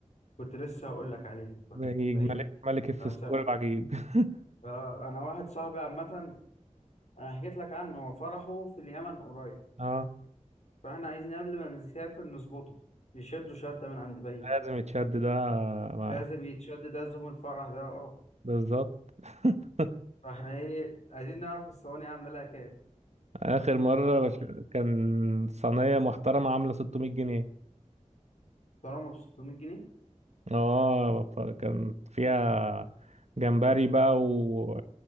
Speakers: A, on the left (about 60°); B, on the right (about 60°).
A: كنت لسه هقول لك عليه دلوقتي
B: بهيج
A: رهيب
B: ملك ملك الفسفور
A: بتاع السمك
B: العجيب <laughs>
A: آه أنا واحد صاحبي عامة أنا حكيت لك عنه هو فرحه في اليمن قريب
B: اه
A: فإحنا عايزين قبل ما نسافر نظبطه يشدوا شدة من عند بهيج
B: لازم يتشد ده ما-
A: لازم يتشد ده زوم الفرح ده أه
B: بالظبط <laughs>
A: فإحنا إيه عايزين نعرف الصواني عاملة لها كام
B: اخر مره
A: تعرفش؟
B: بش... كان صينيه محترمه عامله 600 جنيه
A: طالما ب 600 جنيه
B: اه فكان فيها جمبري بقى و-